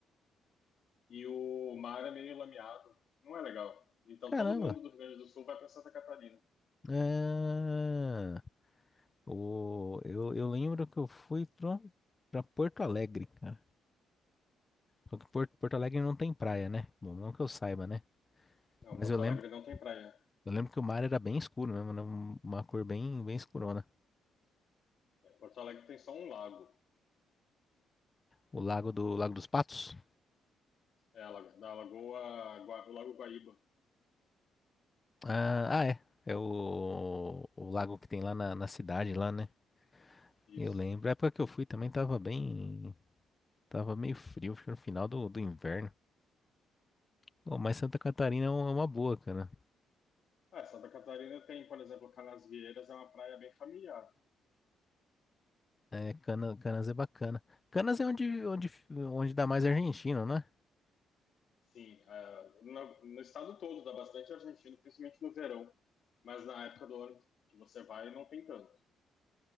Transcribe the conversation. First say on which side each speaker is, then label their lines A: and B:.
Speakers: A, on the left; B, on the left.
A: e o mar é meio lameado. Não é legal. Então
B: Caramba.
A: todo mundo do Rio Grande do Sul vai para Santa Catarina.
B: Ah, o, eu, eu lembro que eu fui pro, pra Porto Alegre, cara. Só que Porto, Porto Alegre não tem praia, né? Bom, não que eu saiba, né?
A: Não,
B: Mas
A: Porto
B: eu lembro,
A: Alegre não tem praia.
B: eu lembro que o mar era bem escuro mesmo, né? Uma cor bem, bem escurona.
A: É, Porto Alegre tem só um lago.
B: O lago do, Lago dos Patos?
A: É, a lago- da Lagoa, Gua- o Lago Guaíba.
B: Ah, ah, é. É o, o lago que tem lá na, na cidade, lá, né?
A: Isso.
B: Eu lembro. A época que eu fui também tava bem. Tava meio frio, acho que no final do, do inverno. Bom, mas Santa Catarina é um- é uma boa, cara.
A: Ah, Santa Catarina tem, por exemplo, Canasvieiras, é uma praia bem familiar.
B: É, Cana- Canas é bacana. Canas é onde, onde, onde dá mais argentino, né?
A: Sim, ah, no, no estado todo dá bastante argentino, principalmente no verão. Mas na época do ano que você vai, não tem tanto.